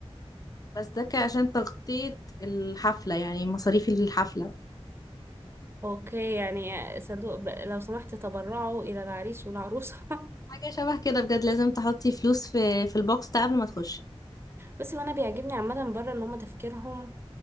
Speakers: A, on the left; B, on the right.
A: بس ده كان عشان تغطية الحفلة يعني مصاريف الحفلة
B: اوكي يعني صندوق ب... لو سمحت تبرعوا الى العريس والعروسه <laughs>
A: حاجة شبه كده بجد لازم تحطي فلوس في في البوكس ده قبل ما تخشي
B: بس وانا بيعجبني عامه بره ان هم تفكيرهم